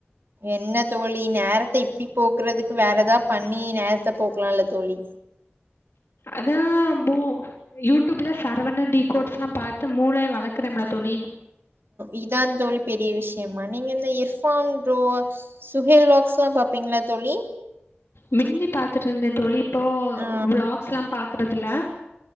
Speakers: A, on the right; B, on the left.
A: என்ன தோழி நேரத்த இப்படி போக்குறதுக்கு வேற ஏதாவது பண்ணி நேரத்த போக்கலாம்ல்ல தோழி
B: அதா மூ யூடியூப்ல சரவணன் டீ கோட்ஸ்லா பாத்து மூளை வளக்குறம்ல தோழி
A: இதான் தோழி பெரிய விஷயம் நீங்க இந்த இர்பான் போ சுஹேல் வாக்ஸ்தா பாப்பீங்களா தோழி
B: மிந்தி பாத்திட்டிருந்தேன் தோழி இப்போ
A: ஆ
B: பிளாக்ஸ் எல்லாம் பாக்கறதில்ல